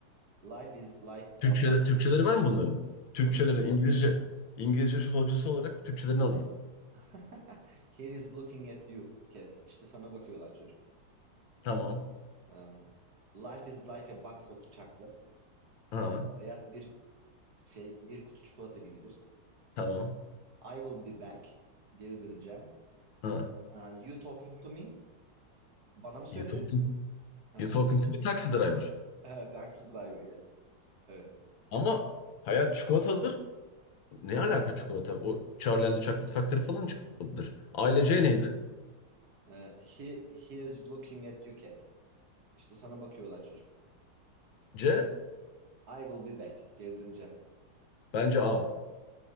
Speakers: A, on the right; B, on the left.
A: Life is like
B: Türkçe,
A: a box
B: Türkçeleri
A: of chocolate.
B: var mı bunların? Türkçelerin
A: Yok.
B: İngilizce İngilizce hocası olarak Türkçelerini alayım.
A: <laughs> Here is looking at you cat. İşte sana bakıyorlar çocuk.
B: Tamam.
A: Ha. Life is like a box of chocolate.
B: Ha.
A: Hayat bir şey bir kutu çikolata gibidir.
B: Tamam.
A: I will be back. Geri döneceğim.
B: Ha.
A: Aa, you talking to me? Bana mı söyledin?
B: You're talking,
A: Ha?
B: you're talking
A: <laughs>
B: to a taxi driver.
A: Ha, Taxi driver yes. Evet.
B: Ama hayat çikolatalıdır. Ne alaka çikolata? O Charlie and the Chocolate Factory falan çikolatalıdır. Aile
A: <laughs>
B: C neydi?
A: Ee, he, he is looking at you cat. İşte sana bakıyorlar çocuk.
B: C
A: I will be back. Geri döneceğim.
B: bence A.